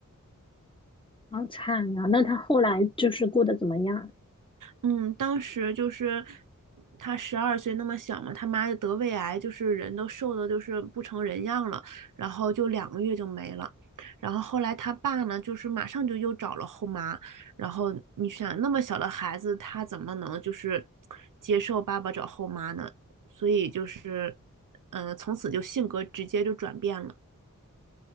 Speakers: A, on the left (about 15°); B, on the right (about 75°).
A: 好惨呀！那她后来就是过得怎么样？
B: 嗯，当时就是他十二岁那么小嘛，他妈就得胃癌，就是人都瘦的，就是不成人样了，然后就两个月就没了。然后后来他爸呢，就是马上就又找了后妈，然后你想那么小的孩子，他怎么能就是接受爸爸找后妈呢？所以就是，嗯、从此就性格直接就转变了。